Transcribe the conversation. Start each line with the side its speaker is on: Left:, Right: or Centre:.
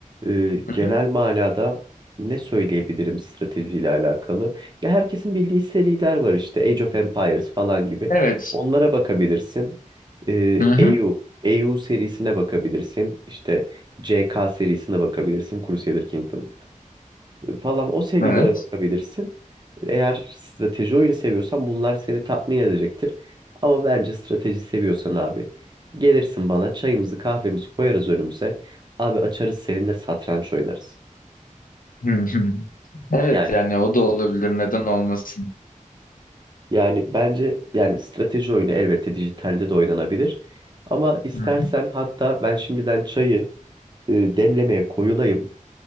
Right: e,
Left: Hı-hı.
Right: genel manada ne söyleyebilirim stratejiyle alakalı? Ya herkesin bildiği seriler var işte Age of Empires falan gibi.
Left: Evet.
Right: Onlara bakabilirsin. E,
Left: Hı-hı.
Right: EU, EU serisine bakabilirsin. İşte CK serisine bakabilirsin. Crusader Kingdom falan o serilere
Left: Evet.
Right: bakabilirsin. Eğer strateji oyunu seviyorsan bunlar seni tatmin edecektir. Ama bence strateji seviyorsan abi gelirsin bana çayımızı kahvemizi koyarız önümüze. Abi açarız seninle satranç oynarız.
Left: Hı-hı. Evet
Right: Yani
Left: yani o da olabilir. Neden olmasın?
Right: Yani bence yani strateji oyunu elbette dijitalde de oynanabilir. Ama istersen
Left: Hı-hı.
Right: hatta ben şimdiden çayı e, demlemeye koyulayım.